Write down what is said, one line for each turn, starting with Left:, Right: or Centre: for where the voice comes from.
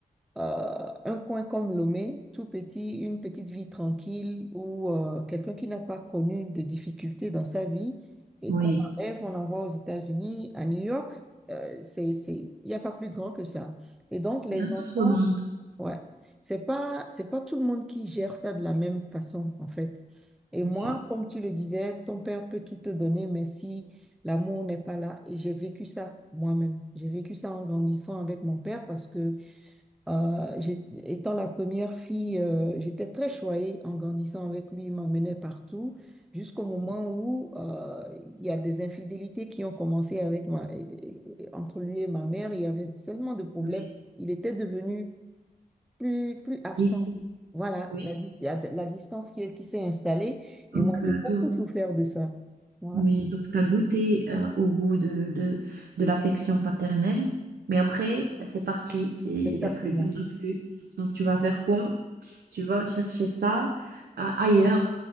Centre: euh, un coin comme Lomé, tout petit, une petite vie tranquille où euh, quelqu'un qui n'a pas connu de difficultés dans sa vie et
Right: oui.
Centre: qu'on en rêve, on envoie aux États-Unis, à New York, euh, c'est, c'est, il n'y a pas plus grand que ça. Et donc,
Right: C'est
Centre: les
Right: un
Centre: enfants,
Right: autre monde,
Centre: ouais, c'est pas, c'est pas tout le monde qui gère ça de la même façon, en fait. Et
Right: bien
Centre: moi,
Right: sûr.
Centre: comme tu le disais, ton père peut tout te donner, mais si l'amour n'est pas là, et j'ai vécu ça moi-même, j'ai vécu ça en grandissant avec mon père parce que euh, j'ai- étant la première fille, euh, j'étais très choyée en grandissant avec lui. Il m'emmenait partout jusqu'au moment
Right: Oui.
Centre: où euh, il y a des infidélités qui ont commencé avec ma, et- et- entre lui et ma mère. Il y avait tellement de problèmes.
Right: Oui,
Centre: Il était devenu plus, plus absent.
Right: distinct.
Centre: Voilà,
Right: Oui.
Centre: la, dis- la, la distance qui, est- qui s'est installée. Et
Right: Donc,
Centre: moi, j'ai
Right: euh,
Centre: beaucoup
Right: toi,
Centre: souffert de ça. Voilà,
Right: oui, donc tu as goûté euh, au goût de, de, de l'affection paternelle, mais après, c'est parti, c'est, il
Centre: exactement.
Right: n'y a plus, il y en a plus. Donc, tu vas faire quoi? Tu vas chercher ça euh, ailleurs.